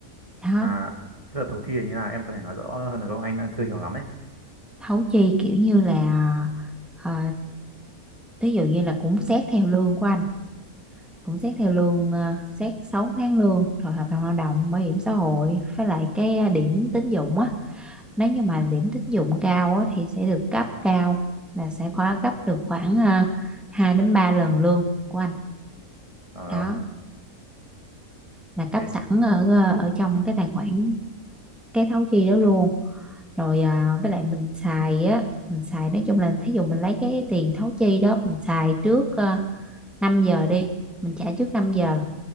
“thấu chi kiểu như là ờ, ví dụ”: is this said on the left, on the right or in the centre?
Centre